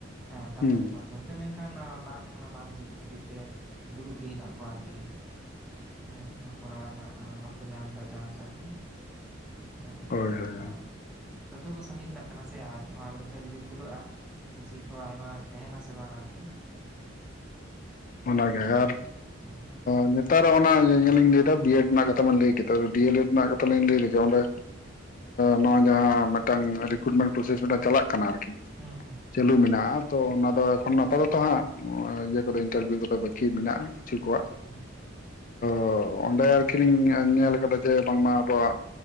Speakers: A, in the centre; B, on the left.
A: ᱦᱮᱸ ᱥᱟᱱᱛᱟᱞᱤ
B: ᱦᱩᱸ
A: ᱢᱟᱫ- ᱫᱚᱢ ᱛᱮ ᱢᱮᱱᱠᱷᱟᱱ ᱵᱟᱝ ᱚᱱᱟ ᱵᱟᱝ ᱡᱷᱤᱡ ᱠᱷᱟᱹᱛᱤᱨ ᱛᱮ ᱫᱩᱲᱩᱵ ᱜᱮ ᱦᱮᱱᱟᱜ ᱠᱚᱣᱟ ᱟᱨᱠᱤ ᱦᱮᱸ ᱚᱱᱟ ᱠᱚᱨᱟᱣ ᱨᱮᱱᱟᱜ ᱵᱟᱠᱚ ᱧᱟᱢ ᱮᱫᱟ ᱪᱟᱱᱥ ᱟᱨᱠᱤ ᱚᱱᱟ ᱠᱷᱟᱹᱛᱤᱨ
B: ᱦᱳᱭ
A: ᱛᱮ
B: ᱦᱳᱭ
A: ᱚᱱᱠᱟ- -ᱯᱟᱹᱴᱷᱩᱣᱟᱹ ᱠᱚ ᱥᱟᱸᱜᱮ ᱦᱮᱞᱟᱜ ᱠᱟᱱᱟ ᱥᱮ ᱟᱨ ᱟᱨ ᱢᱤᱫ ᱫᱷᱟᱣ ᱡᱩᱫᱤ ᱠᱷᱩᱞᱟᱹᱜᱼᱟ- -ᱛᱚ ᱥᱤᱴ ᱦᱚᱸ ᱟᱭᱢᱟ ᱛᱟᱦᱮᱱᱟᱥᱮ ᱵᱟᱝ ᱟᱨᱠᱤ
B: ᱚᱱᱟᱜᱮ ᱟᱨ
A: ᱦᱮᱸ
B: ᱱᱮᱛᱟᱨ ᱚᱱᱟ ᱧᱮᱞᱤᱧ ᱞᱟᱹᱭ ᱫᱟ ᱵᱤ ᱮᱰ ᱨᱮᱱᱟᱜ ᱠᱟᱛᱷᱟ ᱵᱤᱱ ᱞᱟᱹᱭ ᱠᱮᱫᱟ ᱰᱤ ᱮᱞ ᱮᱰ ᱨᱮᱱᱟᱜ ᱠᱟᱛᱷᱟ ᱞᱤᱧ ᱞᱟᱹᱭ ᱞᱮᱜᱮ ᱚᱸᱰᱮ- -ᱱᱚᱜᱚᱭ ᱡᱟᱦᱟᱸ ᱢᱤᱫᱴᱟᱝ ᱨᱤᱠᱨᱩᱴᱢᱮᱱᱴ ᱯᱨᱚᱥᱮᱥ ᱢᱤᱫᱴᱟᱝ ᱪᱟᱞᱟᱜ- -ᱠᱟᱱᱟ ᱟᱨᱠᱤ
A: ᱦᱩᱸ ᱦᱩᱸ
B: ᱪᱟᱹᱞᱩ ᱢᱮᱱᱟᱜᱼᱟ ᱛᱚ ᱚᱱᱟ ᱫᱚ ᱚᱠᱷᱟᱱ ᱟᱯᱟᱛᱚᱛᱚ- -ᱡᱚᱛᱚ ᱦᱟᱸᱜ ᱤᱭᱟᱹ ᱠᱚᱫᱚ ᱤᱱᱴᱟᱨᱵᱷᱤᱭᱩ ᱠᱚᱫᱚ ᱵᱟᱹᱠᱤ ᱢᱮᱱᱟᱜᱼᱟ ᱠᱤᱪᱷᱩ ᱠᱚᱣᱟᱜ᱾
A: ᱦᱩᱸ
B: ᱛᱚ ᱚᱸᱰᱮ ᱟᱨᱠᱤ ᱞᱤᱧ ᱧᱮᱞ ᱟᱠᱟᱫᱟ ᱡᱮ ᱵᱟᱝᱢᱟ ᱟᱵᱚᱣᱟᱜ